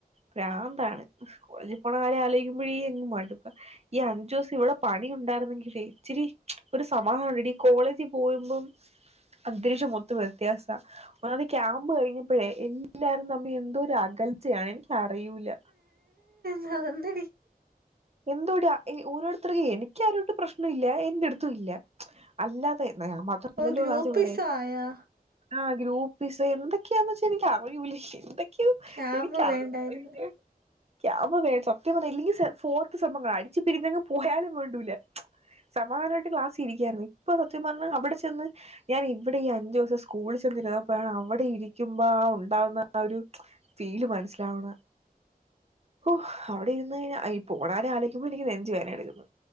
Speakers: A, on the right (about 40°); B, on the right (about 70°).
A: പ്രാന്താണ് കോളേജിൽ പോണ കാര്യം ആലോചിക്കുമ്പോഴ അങ്ങ് മടുപ്പാണ് ഈ അഞ്ചു ദിവസം ഇവിടെ പണി ഉണ്ടായിരുന്നെങ്കിലേ ഇച്ചിരി ഒരു സമാധാനം ഉണ്ടെടി ഈ കോളേജിൽ പോകുമ്പം അന്തരീക്ഷം മൊത്തം വ്യത്യാസവാ ഒന്നാമത് ക്യാമ്പ് കഴിഞ്ഞപ്പോഴേ എല്ലാവരും തമ്മിൽ എന്തോ അകൽച്ചയാണ് എനിക്ക് അറിയൂല്ല
B: സൗന്ദടി
A: എന്തുവാടെ ഓരോരുത്തർക്ക് എനിക്ക് ആരുവായിട്ടും പ്രശ്നം ഇല്ല എന്റടുത്തും ഇല്ല അല്ലാതെ ഞാൻ മാത്രമല്ലല്ലോ
B: ഓ ഗ്രൂപ്പിസം
A: ക്ലാസ്സിലുള്ളേ
B: ആയോ
A: ആ ഗ്രൂപ്പിസം എന്തൊക്കെയാന്ന് വെച്ചാ എനിക്കറിയൂല്ല എന്തൊ ക്കെ
B: ക്യാമ്പ്
A: എനിക്കറിഞ്ഞുകൂടാ
B: വേണ്ടായിരുന്നു
A: <unintelligible> ക്യാമ്പ് സത്യം പറഞ്ഞാ ഇല്ലങ്കിൽ ഫോൺ അ സംഭവങ്ങൾ അടിച്ച് പിരിഞ്ഞങ്ങ് പോയാലും വേണ്ടൂല്ല സമാധാനമായിട്ട് ക്ലാസിൽ ഇരിക്കായിരുന്നു ഇപ്പൊ സത്യം പറഞ്ഞ അവിടെ ചെന്ന് ഞാൻ ഇവിടെ ഈ അഞ്ചു ദിവസം സ്കൂളിൽ ചെന്നിരുന്നപ്പോ ആണ് അവിടെ ഇരിക്കുമ്പോ ആ ഉണ്ടാവുന്ന ആ ഒരു ഫീല് മനസ്സിലാവണെ ഓ അവിടെ ഇരുന്ന് ഈ പോണ കാര്യം ആലോചിക്കുമ്പോ എനിക്ക് നെഞ്ചു വേദന എടുക്കുന്നു.